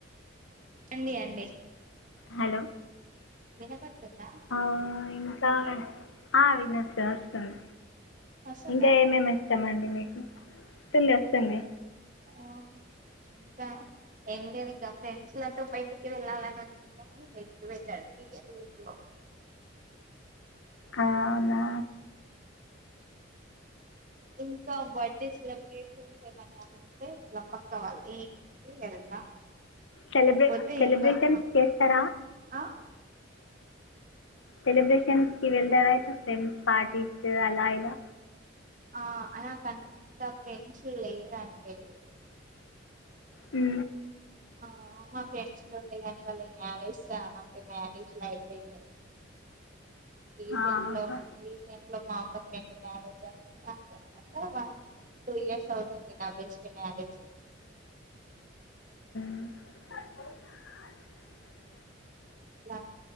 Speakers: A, on the right; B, on the left.
A: అండి అండి
B: హలో
A: వినబడుత్తుందా
B: ఆ, ఇంకా వినొస్తుంది ఓస్తుంది
A: వస్తుందా
B: ఇంకా ఏమేమి ఇష్టం మండి మీ వస్తుంది వస్తుంది
A: ఆ ఇంకా ఏం లే ఇక ఫ్రెండ్స్ లతో బయటికి వెళ్ళాలని ఉంటుంది గని బయటికి ఇది వె <unintelligible>
B: అవునా
A: ఇంకా బర్త్డే సెలబ్రేషన్స్ ఏమన్నా ఉంటే ఇట్లా పక్క వాళ్ళ ఇంటి వెళ్తా
B: సెలబే
A: పోతే
B: సెలబ్రేషన్స్
A: ఇంట్లోనే
B: చేస్తారా
A: ఆ
B: సెలబ్రేషన్స్ కి వెళ్తారాలా ఫ్రెండ్స్ పార్టీస్ అలా ఇలా
A: ఆ అనా కంతా ఫ్రెండ్స్ లేరండి
B: హూ
A: ఆ మా ఫ్రెండ్స్ లో ఉండేగాని వాళ్ళు మ్యారేజ్ మ్యారేజ్లు అయిపోయినాయి <inaudible> రీసెంట్
B: ఆహా.
A: లో రీసెంట్ లో మా అక్క రెండు మ్యారేజ్ అయినా తరువాత వన్ టూ ఇయర్స్ అవుతుంది నా బెస్టీ మ్యారేజ్ అయి
B: అ <inaudible>
A: ఇలా